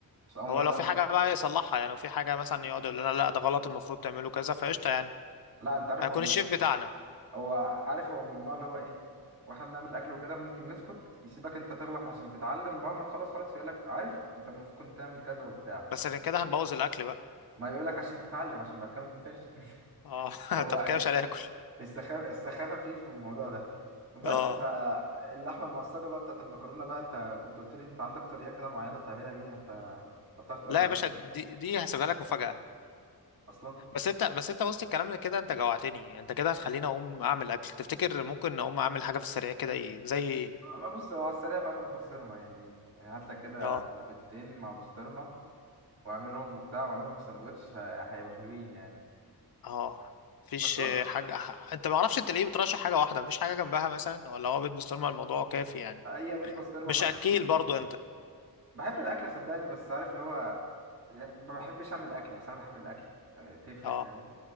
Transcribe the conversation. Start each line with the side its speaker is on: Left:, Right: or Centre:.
Right: بس اول
Left: هو
Right: مرة
Left: لو
Right: لا,
Left: في حاجه بقى يصلحها يعني لو في حاجه مثلا يقعد يقول لنا لا ده غلط المفروض تعمله كذا فقشطه يعني
Right: لا انت عارف
Left: هيكون
Right: هو
Left: الشيف بتاعنا
Right: هو عارف هو من النوع اللي هو ايه واحنا بنعمل اكل وكده ممكن يسكت يسيبك انت تغلط عشان تتعلم بعد ما تخلص خالص يقول لك عارف انت المفروض كنت تعمل كذا وبتاع
Left: بس غير كده هنبوظ الاكل بقى
Right: ما يقول لك عشان تتعلم عشان بعد كده ما تنساش <laughs>
Left: اه <laughs>
Right: هو
Left: طب كده مش هناكل
Right: السخافة السخافة فيه في الموضوع ده بس
Left: اه
Right: فاللحمة المعصجة بقى بتاعت المكرونة بقى انت كنت قلت لي انت عندك طريقة كده معينة بتعملها بيها ف لو بتعرف تقولها
Left: لا يا
Right: بس
Left: باشا دي دي هسيبها لك مفاجاه
Right: اصلا
Left: بس انت بس انت وسط الكلام اللي كده انت جوعتني انت كده هتخليني اقوم اعمل اكل تفتكر ممكن اقوم اعمل حاجه في السريع كده ايه زي ايه؟
Right: آه، ما بص هو على السريع بقى بالبسطرمة يعني يعني هات لك كده
Left: اه
Right: بيضتين مع بسطرمة واعملهم وبتاع واعملهم في سندوتش ه- هيبقوا حلوين يعني
Left: اه مفيش
Right: بس بص
Left: حاجه ح- انت ما اعرفش انت ليه بترشح حاجه واحده مفيش حاجه جنبها مثلا ولا هو بيت بسطرمه الموضوع كافي يعني
Right: اي بيض بسطرمة
Left: مش
Right: مع
Left: اكيل
Right: حتة جب-
Left: برضو انت
Right: بحب الاكل صدقني بس عارف اللي هو يعني ما بحبش اعمل اكل بس انا بحب الاكل يعني تفرق
Left: اه
Right: فاهم